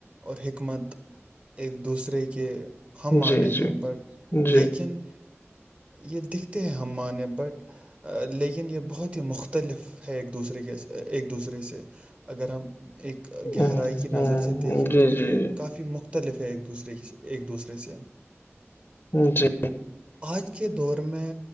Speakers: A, on the right; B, on the left.
A: اور حکمت ایک دوسرے کے ہم معنے
B: جی جی
A: ہیں بٹ
B: جی
A: لیکن یہ دکھتے ہیں ہم معنی بٹ لیکن یہ بہت ہی مختلف ہے ایک دوسرے کے ایک دوسرے سے اگر ہم ایک گہرائی
B: ہوں،
A: کی
B: ہوں،
A: نظر سے دیکھیں
B: جی
A: تو
B: جی
A: یہ کافی مخت مختلف ہے ایک دوسرے کی ایک دوسرے سے
B: ج جی <unintelligible>
A: آج کے دور میں